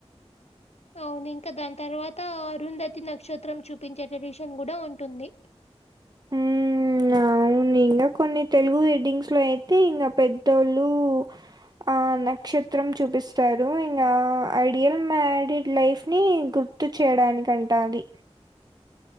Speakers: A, on the left; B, on the right.
A: అవును ఇంకా దాని తర్వాత అరుంధతి నక్షత్రం చూపించే ట్రెడిషన్ కూడా ఉంటుంది
B: ఉమ్ ఆ అవును ఇంగా కొన్ని తెలుగు ఎడ్డింగ్స్ లో అయితే ఇంకా పెద్దోళ్ళు ఆ నక్షత్రం చూపిస్తారు ఇంగా ఐడియల్ మ్యారీడ్ లైఫ్ ని గుర్తు చేయడానికంట అవి